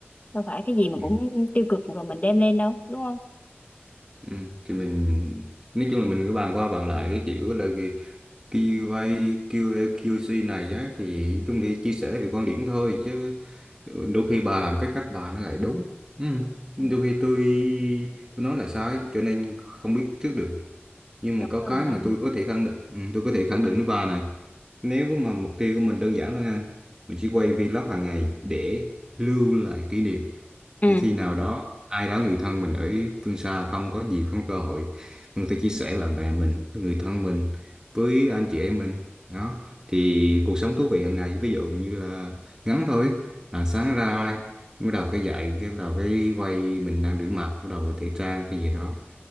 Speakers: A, on the left (about 35°); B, on the right (about 15°).
A: Đâu phải cái gì mà
B: ừ.
A: cũng tiêu cực rồi mình đem lên đâu, đúng không?
B: Ừ. thì mình nói chung là mình cứ bàn qua bàn lại cái kiểu là QA, QA, QC này á, thì chung để chia sẻ về quan điểm thôi chứ đôi khi bà làm cái cách bà nó lại đúng ừ.
A: Ừ,
B: đôi khi tôi tôi nói là sai cho nên không biết trước được nhưng
A: đúng
B: mà có
A: rồi.
B: cái mà tôi có thể khẳng định ừ, tôi có thể khẳng định với bà này nếu mà mục tiêu của mình đơn giản thôi nha mình chỉ quay vlog hàng ngày để lưu lại kỷ niệm
A: Ừ.
B: để khi nào đó ai đó người thân mình ở phương xa không có dịp không có cơ hội mình phải chia sẻ với bạn bè mình với người thân mình với anh chị em mình đó thì cuộc sống thú vị hàng ngày ví dụ như là ngắn thôi là sáng ra bắt đầu cái dậy cái bắt đầu cái quay mình đang rửa mặt bắt đầu tẩy trang cái gì đó